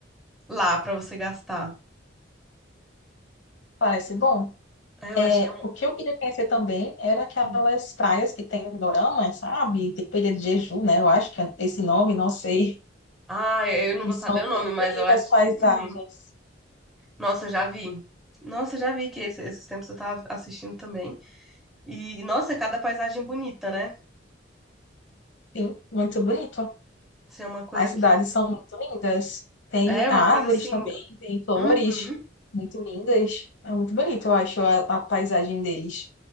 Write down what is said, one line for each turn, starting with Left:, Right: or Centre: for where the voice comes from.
Centre: lá pra você gastar.
Left: parece bom.
Centre: É, Eu
Left: É,
Centre: acho que é.
Left: o que eu queria conhecer também era aquelas
Centre: um-
Left: praias que tem no Dorama, sabe? Tem Ilha de Jeju, né? Eu acho que é esse nome, não sei.
Centre: Ah, eu não
Left: E
Centre: vou
Left: são
Centre: saber o nome,
Left: bem
Centre: mas
Left: bonitas
Centre: eu acho
Left: as paisagens.
Centre: que. Uhum. Nossa, eu já vi. Nossa, eu já vi que esse- esses tempos eu tava assistindo também. E, nossa, cada paisagem bonita, né?
Left: Sim, muito bonito.
Centre: Isso é uma coisa
Left: As cidades
Centre: que.
Left: são muito lindas. Tem
Centre: É
Left: árvores
Centre: uma coisa assim.
Left: também, tem flores
Centre: Uhum.
Left: muito lindas. É muito bonito, eu acho, a a paisagem deles.